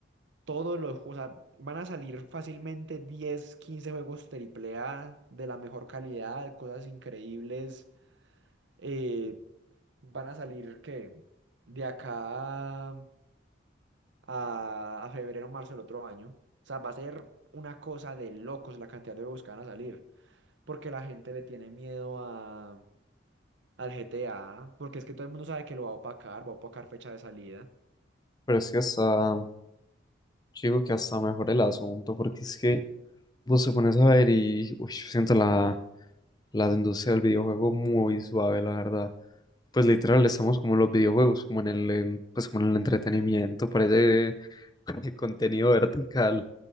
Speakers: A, on the right; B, on the left.
A: todos los juegos, o sea, van a salir fácilmente 10 15 juegos triple A de la mejor calidad, cosas increíbles. eh, van a salir, ¿qué? De acá a, a febrero o marzo del otro año. O sea, va a ser una cosa de locos la cantidad de juegos que van a salir, porque la gente le tiene miedo a, al GTA, porque es que todo el mundo sabe que lo va a opacar, va a opacar fecha de salida.
B: Pero es que hasta, Yo digo que hasta mejor el asunto, porque es que vos te pones a ver y uy, yo siento la, la industria del videojuego muy suave, la verdad. Pues literal estamos como en los videojuegos, como en el, en- pues como en el entretenimiento, parece <laughs> contenido vertical.